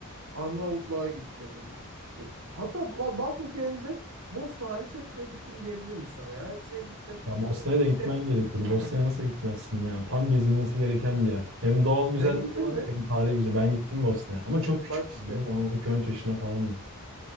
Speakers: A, on the right (about 80°); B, on the right (about 65°).
A: Arnavutluğa gittim. İşte hatta Ba- Balkan ülkelerinde Bosna hariç hepsine gittim diyebilirim sana ya. Hepsine gittim.
B: Ya Bosna'ya da
A: İşte
B: gitmen gerekiyordu. Bosna'ya nasıl gitmezsin ya? Tam gezilmesi gereken bir yer. Hem doğal güzellik
A: sen gittin
B: olarak
A: mi?
B: hem tarihi güzel. Ben gittim Bosna'ya. Ama çok küçüktüm.
A: Bak işte.
B: Ne zaman 12-13 yaşına falandım.